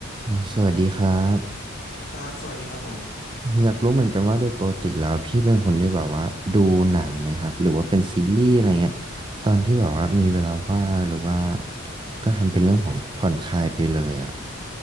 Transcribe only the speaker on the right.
อ่าสวัสดีครับ
ผมอยากรู้เหมือนกันว่าโดยปกติแล้วพี่เป็นคนที่แบบว่าดูหนังไหมครับหรือว่าเป็นซีรีส์อะไรเงี้ยตอนที่แบบว่ามีเวลาว่างหรือว่าก็ทำเป็นเรื่องของผ่อนคลายไปเลยอ่ะ